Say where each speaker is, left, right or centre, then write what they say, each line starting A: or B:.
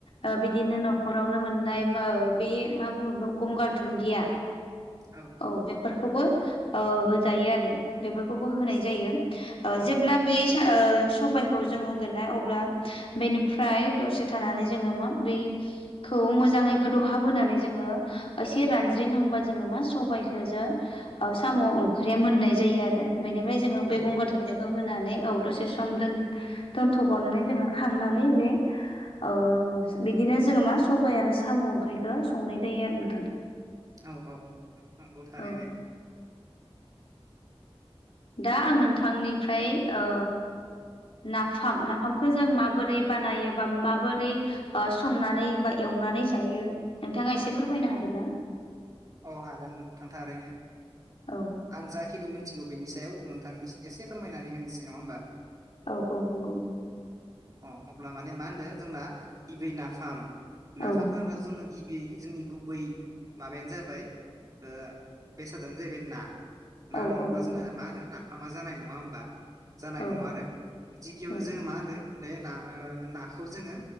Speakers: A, on the left; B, on the right.
A: ओ बिदिनो न'खरावनो मोननाय मो बे मा बुङो बिखौ गंगार धुन्दिया
B: ओ
A: औ बेफोरखौबो ओ होजायो आरो बेफोरखौबो होनाय जायो। ओ
B: औ
A: जेब्ला बे सा ओ सबाइ खौ जों होगोनना अब्ला बेनिफ्राय दसे थानानै जोङो माबोरै खौ मोजाङै गोदौहाब होनानै जोङो एसे रानज्रिंहांबा जोङो मा सबाइखो जों ओ साम' ओंख्रिया मोननाय जायो आरो बेनिफ्राय जोङो
B: औ
A: बे गंगार दुनदियाखौ खो होनानै औ दसे समोन दोन दोनथ'बावनानै जोङो खांनानै बे औ बिदिनो जोङो मा सबाय आरो साम' ओंख्रिखौ संनाय जायो आरो नोंथां
B: औ औ नंगौ थारैनो
A: औ दा आं नोंथांनिफ्राय ओ नाफाम नाफामखौ जों माबोरै बानायो बा माबोरै ओ संनानै बा एवनानै जायो नोंथाङा एसे फोरमायनो हागोन ना?
B: औ हागोन नोंथां थारैनो
A: औ
B: आं जाखिनि मिनथिगौ बेनि सायाव नोंथांनि एसे फोरमायनानै होनोसै नङा होमबा
A: औ औ नंगौ
B: अ अब्ला माने मा होनदो जोंना गिबियै नाफाम नाफाम
A: औ
B: होनोब्ला जोंनो गिबियै जोंनि गुबै माबायानो जाबाय ओ बेसादानो जाहैबाय ना ना
A: औ
B: नङाब्ला
A: औ नंगौ
B: जोंनो मा होनो नाफामा जानाय नङा होमबा जानाय
A: औ
B: नङा आरो गिबियावनो
A: औ
B: जोङो मा होनदो बे ना ओ नाखौ जोङो